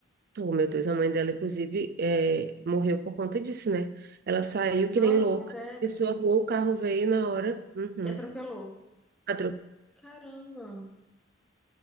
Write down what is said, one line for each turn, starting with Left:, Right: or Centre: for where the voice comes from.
Right: Oh, meu Deus, a mãe dela, inclusive, é, morreu por conta disso, né? Ela saiu
Centre: Nossa,
Right: que nem louca,
Centre: sério.
Right: atravessou a rua, o carro veio na hora. Uhum.
Centre: E atropelou.
Right: Atropelou.
Centre: Caramba.